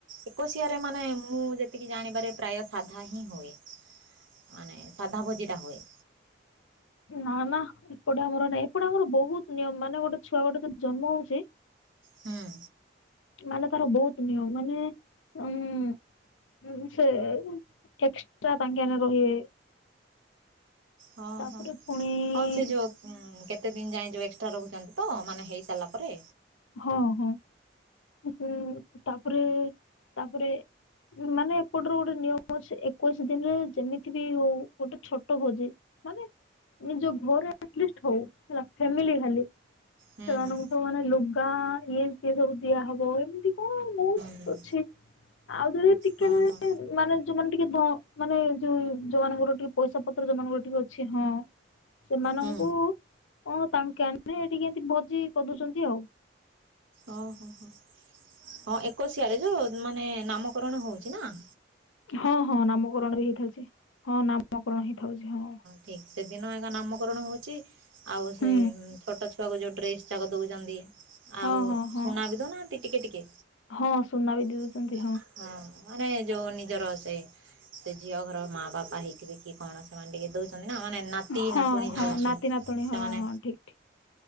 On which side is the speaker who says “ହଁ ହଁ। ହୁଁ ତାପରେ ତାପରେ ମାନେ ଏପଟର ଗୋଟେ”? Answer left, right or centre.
Left